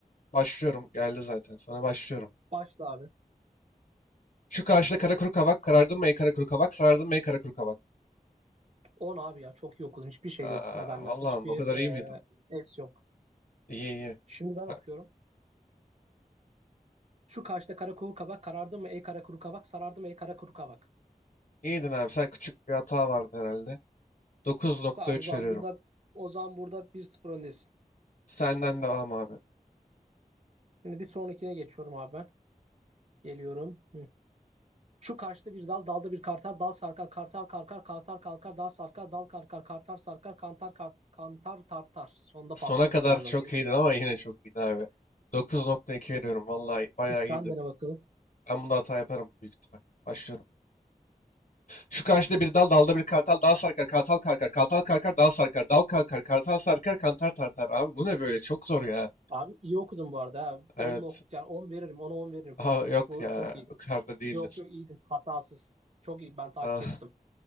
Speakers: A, on the left; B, on the right.
A: başlıyorum geldi zaten sana başlıyorum.
B: Başla abi.
A: Şu karşıda kara kuru kavak karardın mı ey kara kuru kavak sarardın mı ey kara kuru kavak.
B: on abi ya. Çok iyi okudun. Hiçbir şey
A: Aa,
B: yok. Ne derler?
A: Allah'ım
B: Hiçbir
A: o kadar
B: e,
A: iyi miydin?
B: es yok.
A: İyi iyi.
B: Şimdi ben
A: Ha,
B: okuyorum. Şu karşıda kara kuru kabak karardı mı ey kara kuru kabak sarardı mı ey kara kuru kabak.
A: İyiydin abi sen küçük bir hata vardı herhalde. Dokuz nokta
B: Tamam
A: üç
B: o zaman
A: veriyorum.
B: burada o zaman burada bir 0 öndesin.
A: Senden devam abi.
B: Şimdi bir sonrakine geçiyorum abi ben. Geliyorum. Şu karşıda bir dal, dalda bir kartal, dal sarkar, kartal karkar, kartal kalkar, dal sarkar, dal karkar, kartal sarkar, kantar kar, kantar tartar. Sonda
A: Sona
B: patladım
A: kadar
B: galiba.
A: çok
B: Bir
A: iyiydin ama yine çok iyiydin abi. 9.2 veriyorum. Vallahi bayağı
B: sen
A: iyiydin.
B: dene bakalım.
A: Ben bunda hata yaparım büyük ihtimal. Başlıyorum. Şu karşıda bir dal, dalda bir kartal, dal sarkar, kartal karkar, kartal karkar, dal sarkar, dal kalkar, kartal sarkar, kantar tartar. Abi bu ne böyle? Çok zor ya.
B: Abi iyi okudun bu arada. Ha.
A: Evet.
B: 10 nokta yani 10 veririm, 10'a 10 veririm.
A: Aha, yok
B: Bu
A: ya.
B: çok iyiydi.
A: O kadar da değildir.
B: Yok yok iyiydin. Hatasız. Çok iyi. Ben takip
A: Ah,
B: ettim.